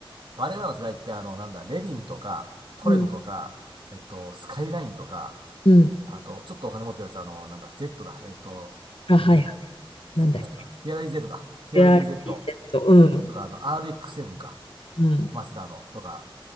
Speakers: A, on the right; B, on the left.
A: 我々の世代って、あの、なんだ、レヴィンとか、トレノとか、
B: うん
A: えっと、スカイラインとか、
B: うん
A: あと、ちょっとお金持ってるやつ、あの、なんだ、Z だ。えっと、
B: あはいはいなんだっ
A: えー、なんだっけ、Z なんだかな。フェアラディ Z だ。フェアラディ
B: け ART
A: Z
B: セットうん
A: とか、あの、RX7 か。
B: うん
A: マセダのとか、